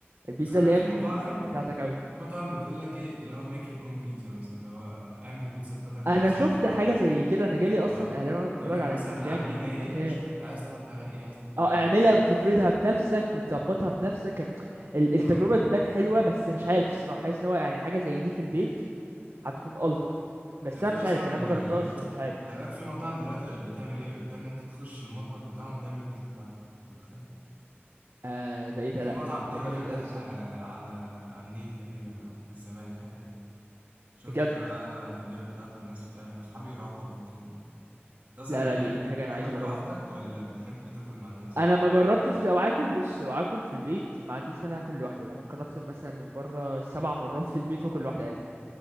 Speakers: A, on the right; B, on the right.
A: البيتزا
B: بس خلي
A: اللي
B: بالك
A: هي
B: في
A: بتكون
B: مطاعم
A: بتاعتك قوي
B: في مطاعم بتقول لك ايه اللي هو ميك يور اون بيتزا مثلا اللي هو اعمل البيتزا بتاعتك بنفسك
A: انا شفت
B: اللي هو
A: حاجه زي كده انا جالي اصلا
B: اه
A: اعلان وانا بتفرج
B: يقول لك
A: على
B: مثلا
A: الانستجرام
B: العجينه
A: المكان
B: اهي شوف انت عايز تحط عليها ايه عايز تحط عليها
A: اه
B: ايه
A: اعملها
B: تاني
A: وتفردها بنفسك وتظبطها بنفسك كان ال- التجربة
B: اه
A: تبان حلوة بس مش عارف الصراحة حاسس ان هو يعني حاجة زي دي في البيت هتكون ألطف بس
B: ده في
A: انا مش
B: اصلا
A: عارف يعني انا
B: آه،
A: ما جربتهاش فمش عارف
B: خلي
A: الصراحة
B: بالك في مطاعم دلوقتي بتعمل ايه بتعمل انت تخش المطبخ بتاعهم وتعمل البيتزا بتاعتك انت متخيل
A: آه ده ايه
B: كان
A: ده
B: في
A: لا
B: مطعم
A: يعني
B: كده
A: ده جامد
B: فاتح
A: قوي الصراحة
B: آه، على على النيل تقريبا او في الزمالك حاجه كده شفت
A: بجد
B: بقى انا الفيديوهات بتاعته والناس بتعمل واصحابي راحوا قبل كده يعني انت اصلا
A: لا
B: بتحب
A: لا دي دي حاجة انا
B: تاكل
A: عايز اجربها
B: لوحدك ولا بتحب تاكل مع الناس
A: انا ما جربتش لو اكل بص لو اكل في البيت ما عنديش مانع اكل لوحدي انا ممكن اطلب مثلا من بره سبع مرات في البيت واكل لوحدي عادي